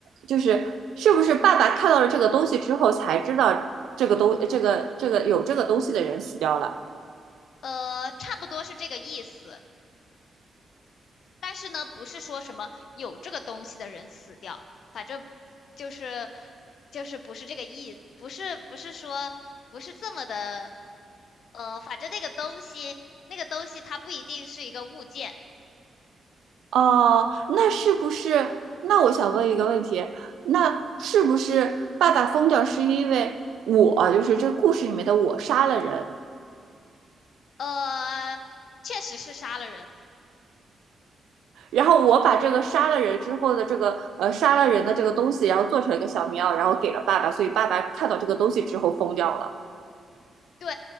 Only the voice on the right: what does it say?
就是是不是爸爸看到了这个东西之后才知道这个东这个这个有这个东西的人死掉了？
哦，那是不是？那我想问一个问题，那是不是爸爸疯掉是因为我，就是这故事里面的我杀了人，
然后我把这个杀了人之后的这个呃杀了人的这个东西，然后做成一个小棉袄，然后给了爸爸，所以爸爸看到这个东西之后疯掉了。